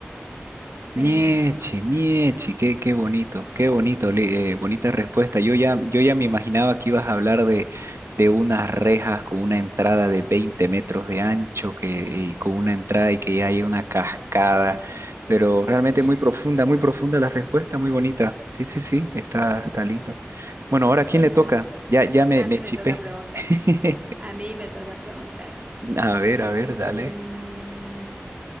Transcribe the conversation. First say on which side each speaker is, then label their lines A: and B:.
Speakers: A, on the right; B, on the right.
A: de
B: Mieche,
A: dinero.
B: mieche, qué, qué bonito, qué bonito, li- eh, bonita respuesta. Yo ya, yo ya me imaginaba que ibas a hablar de, de unas rejas con una entrada de 20 metros de ancho que, y con una entrada y que hay una cascada, pero realmente
A: <laughs>
B: muy profunda, muy profunda la respuesta, muy bonita. Sí, sí, sí, está, está lindo. Bueno, ahora ¿a quién
A: Ujú.
B: le toca? Ya, ya me,
A: A
B: me
A: mí me
B: chipé.
A: toca preguntar.
B: <laughs>
A: A mí me toca preguntar.
B: A ver, a ver,
A: Mm,
B: dale.